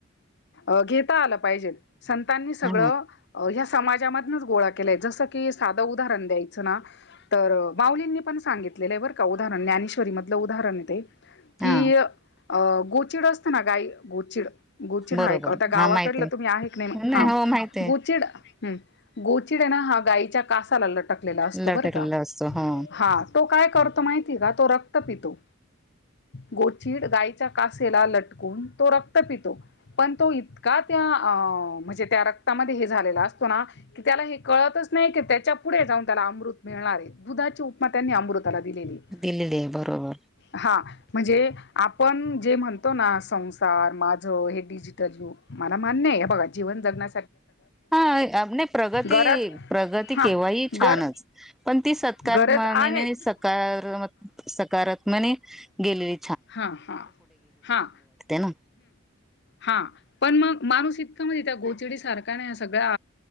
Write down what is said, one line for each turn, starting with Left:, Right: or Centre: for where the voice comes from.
Left: अ घेता आलं पाहिजे संतांनी सगळं
Centre: ह
Left: या समाजामधनंच गोळा केलंय जसं की सा धं उदाहरण द्यायच ना तर माउलींनी पण सांगितलेलं आहे बरं का उदाहरण ज्ञानेश्वरी म धल उदाहरण ते, की
Centre: हा
Left: गोचीड असत ना गाई मत गोचिड. गोचिड
Centre: बरोबर
Left: हा एक आता गावाकडलं
Centre: हा माहित
Left: तुम्ही आहे का नाही म हा
Centre: हो माहित आहे
Left: गोचिड हम् गोचिड आहे ना हा गाईच्या कासाला लटकलेला असतो
Centre: लटकलेला
Left: बरं का!
Centre: असतो हो
Left: हा तो काय करतो माहिती का तो रक्त पितो. गोचीड गायच्या कासेला लटकून तो रक्त पितो, पण तो इतका त्या अ म्हणजे त्या रक्तामध्ये हे झालेला असतो ना की त्याला हे कळतच नाही की त्याच्या पुढे जाऊन त्याला अमृत मिळणार आहे, दुधाची उपमा त्यांनी अमृत ला दिलेली आहे,
Centre: दिलेली आहे बरोबर
Left: हा म्हणजे आपण जे म्हणतो ना संसार, माझं हे डिजिटल युग मला मान्य आहे बघा जीवन जगण्या
Centre: हा नाही प्रगत-
Left: गरज
Centre: प्रगती
Left: हां
Centre: केव्हाही छानंच
Left: गर
Centre: पण ती स कर्माने
Left: गरज आहेच
Centre: नी सकारम सकारात्मने गेले
Left: हा-हा-हा-हम.
Centre: ना
Left: हा पण मग माणूस इ तका म्हणजे त्या गोचिडी सारखा ना सगळ्या